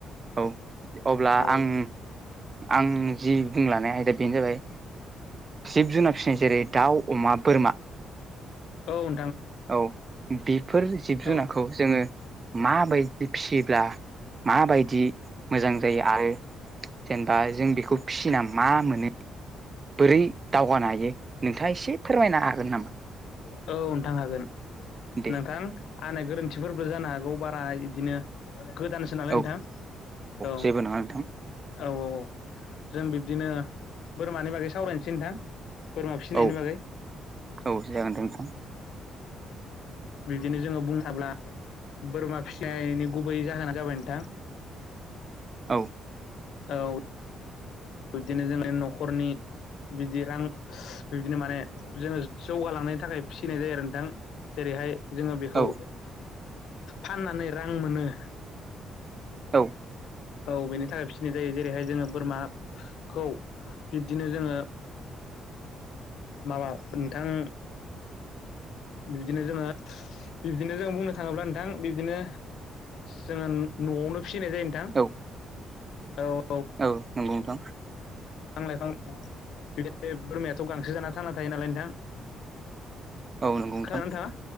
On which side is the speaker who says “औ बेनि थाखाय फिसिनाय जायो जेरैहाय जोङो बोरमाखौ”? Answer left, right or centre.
Left